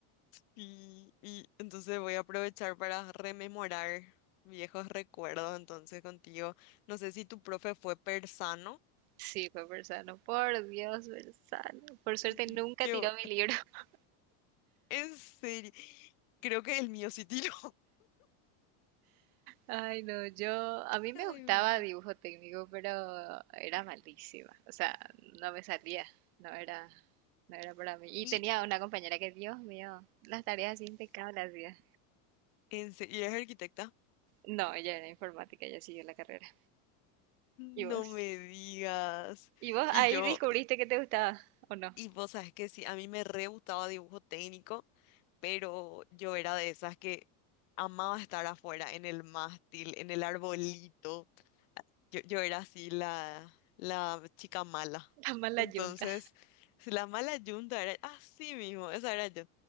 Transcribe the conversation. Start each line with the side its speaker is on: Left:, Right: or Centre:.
Left: Y, y entonces voy a aprovechar para rememorar viejos recuerdos entonces contigo. No sé si tu profe fue persano.
Right: Sí, fue Persano, por Dios, Persano. Por suerte
Left: y- y
Right: nunca
Left: Que,
Right: tiró mi libro. <laughs>
Left: en serio, creo que el mío sí tiró.
Right: Ay, no, yo, a mí me
Left: Ay,
Right: gustaba
Left: mi-
Right: dibujo técnico, pero era malísima. O sea, no me salía, no era, no era para mí. Y
Left: y,
Right: tenía una compañera que, Dios mío, las tareas así impecables hacía.
Left: en se- y es arquitecta?
Right: No, ella era informática, ella siguió la carrera.
Left: No
Right: ¿Y vos?
Left: me digas.
Right: ¿Y vos
Left: Y
Right: ahí
Left: yo,
Right: descubriste que te gustaba o no?
Left: y vos sabes que sí, a mí me re gustaba dibujo técnico, pero yo era de esas que amaba estar afuera, en el mástil, en el arbolito. Yo, yo era así la, la chica mala.
Right: Está mal la
Left: Entonces,
Right: yunta.
Left: si la mala yunta era así mismo, esa era yo.